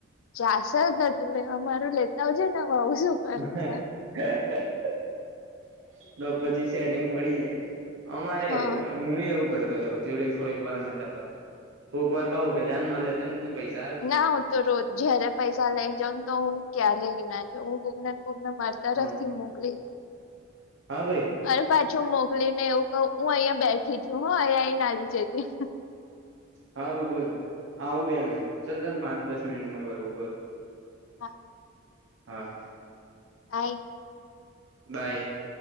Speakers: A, on the left (about 75°); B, on the right (about 65°).
A: ચાલસ જ નતું અમારું લેતા આવજ ને આવું. શું
B: <unintelligible>
A: કરે છે
B: તો પછી સેટિંગ પડી જાય. અમારે
A: હા.
B: એવું હું એવું કરતો હતો. થોડીક થોડીક વાર માટે તો કોક વાર કહું કે જાનમાં લે ને પૈસ
A: ના હું તો રોજ જયારે પૈસા લઈ જાઉંને તો હું ક્યારેય ના જઉ કોક ને કોક ને માર તરફથી
B: હ
A: મોકલી.
B: હા ભાઈ.
A: અરે પાછું મોકલી ને એવું ક હું અહીયાંયા બેઠી છું હ અહીયા આઈને આલી જજે
B: હા ભાઈ બોલ આવું બે મિનિટ ચાલ તમે પાંચ દસ મિનિટમાં કરવું બર
A: હા.
B: હા.
A: Hi
B: by.